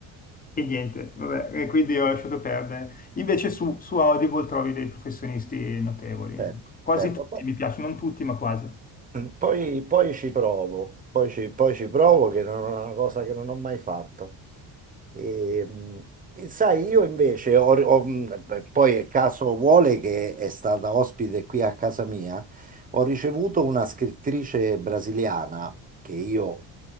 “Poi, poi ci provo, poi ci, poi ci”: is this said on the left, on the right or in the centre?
Right